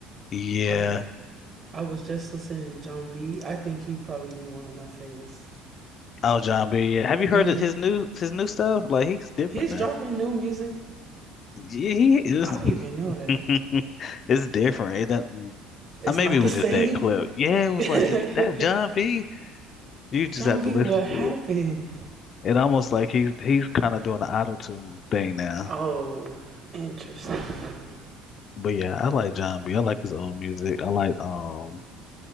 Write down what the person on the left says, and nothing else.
yeah.
Oh, John Beer, yeah. Have you
heard of his new his new stuff? Like he's different
now.
Yeah, he is.
<laughs> It's different. It doesn't.
Uh, maybe
it was
just that clip. Yeah, it was
like is that John B. You just
have
to listen
to
it. It almost like he's he's kind of doing the auto tune thing now.
But yeah, I like John B. I like his old music. I like um,